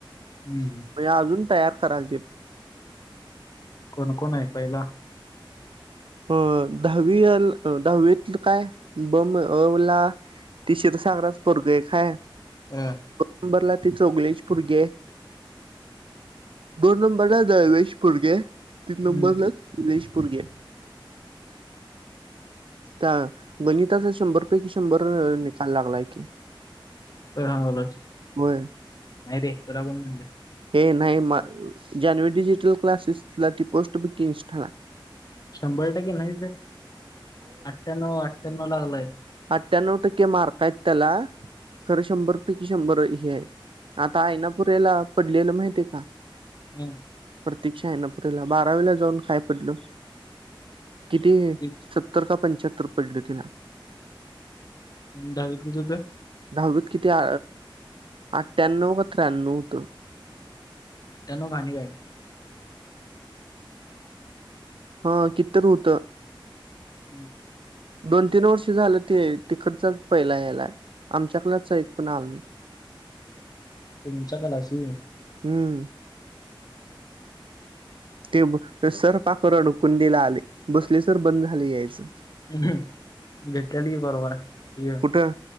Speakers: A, on the left; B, on the right.
A: हम्
B: म्हणजे अजून तयार करायलचे.
A: कोणकोण आहे पहिला?
B: अ दहावी अ दहावीतल काय बम अ ला ति शिरसागरास पोरग एक हाय.
A: हां
B: दो नंबरला ते चोगलेची पोरगीये. दोन नंबरला दळवी चे पोरगी आहे तीन
A: हम्म
B: नंबरला <unintelligible> पोरगी आहे त्या गणिताच शंभर पैकी शंभर निकाल लागलाय की.
A: <unintelligible>
B: होय
A: नाही रे तुला कोण म्हणल?
B: हे नाही म ज्यान डिजिटल क्लासेसला ती पोस्ट बकी इंस्टाला.
A: शंभर टक्के नाही तर अठ्ठ्याण्णव अठ्ठ्याण्णव लागलाय.
B: अठ्ठ्याणव टक्के मारकये त्याला. खर शंभरपैकी शंभर हे ये आता आईनापूरेला. पडलेल माहिते का?
A: हम्म
B: प्रतीक्षा आहे ना पुरेला बारावीला जाऊन काय पडल? किती
A: ते-
B: सत्तर का पंचाहत्तर पडल तिला.
A: दहावीत किती होत?
B: दहावीत किती अ अट्याण्णव का त्र्याण्णव होत.
A: त्यान गाणी गाय
B: हा कितर होत?
A: हम्म.
B: दोन तीन वर्ष झाल ते तिकडचा पहिला यायला आमच्याकडेच एक पण आल नाही.
A: त तुमच्या कलाशी
B: हम्म ते सर पाख रडकूनडीला आले बसले सर बंद झाली यायच
A: ह भेटल गी बरोबर य
B: कुठं